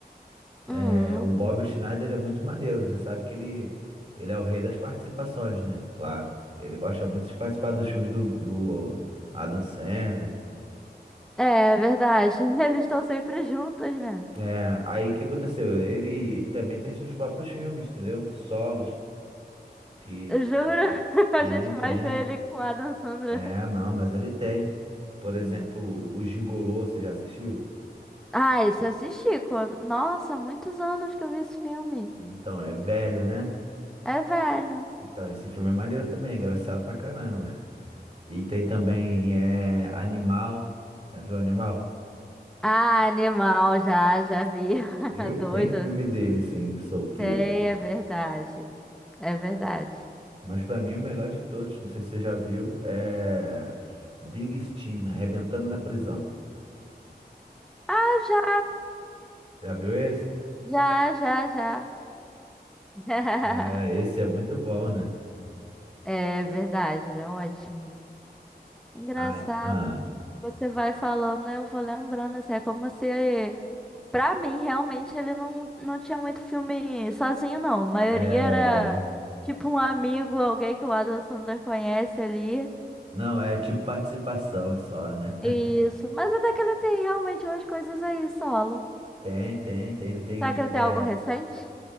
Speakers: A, on the right; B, in the centre.
A: É,
B: Hum,
A: o Bob Schneider, ele é muito maneiro. Você sabe que ele, ele é o rei das participações, né? Claro. Ele gosta muito de participar dos filmes do, do Adam Sandler.
B: é verdade. <laughs> Eles estão sempre juntos, né?
A: É, aí o que aconteceu? Ele também tem seus próprios filmes, entendeu? Solos, que
B: Eu juro, <laughs> a
A: tem,
B: gente
A: tem.
B: mais vê ele com a Adam Sandler.
A: É, não, mas ele tem. Por exemplo,
B: Hum.
A: o Gigolô, você já assistiu?
B: Ah, esse eu assisti quando. Nossa, muitos anos que eu vi esse filme.
A: Então, é velho, né?
B: É velho.
A: Então, esse filme é maneiro também, é engraçado pra caramba. <laughs> E tem também é, Animal. Já viu Animal?
B: Ah, animal, já, já vi. <laughs>
A: Viu? Tem
B: Doido.
A: filme dele, sim, solteiro.
B: Sei, é verdade. É verdade.
A: Mas pra mim, o melhor de todos, não sei se você já viu, é Big Steam, Arrebentando na Prisão.
B: Ah, já,
A: Já viu esse?
B: já, já, já. <laughs>
A: É, esse é muito bom, né?
B: É verdade, ele é ótimo. Engraçado.
A: Ai, ah,
B: Você vai falando, eu vou lembrando, assim, é como se Pra mim, realmente, ele não, não tinha muito filme sozinho, não. A maioria
A: é,
B: era tipo um amigo, alguém que o Adam Sandler conhece ali.
A: não, é tipo participação só, né? <laughs>
B: E Isso. Mas até que ele tem realmente umas coisas aí solo.
A: Tem, tem, tem. Ele tem.
B: Será que ele
A: é,
B: tem algo recente?